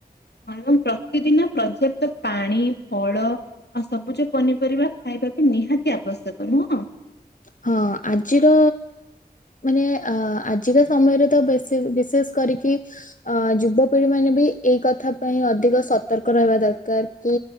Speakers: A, on the left; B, on the left.
A: ଏବଂ ପ୍ରତିଦିନ ପର୍ଯ୍ୟାପ୍ତ ପାଣି ଫଳ ଆଉ ସବୁଜ ପନିପରିବା ଖାଇବାକୁ ନିହାତି ଆବଶ୍ୟକ ନୁହଁ
B: ହଁ ଆଜିର ମାନେ ଅ ଆଜିକା ସମୟରେ ତ ବେଶୀ ବିଶେଷ କରିକି ଅ ଯୁବପିଢି ମାନେ ବି ଏଇ କଥା ପାଇଁ ଅଧିକ ସତର୍କ ରହିବା ଦରକାର କି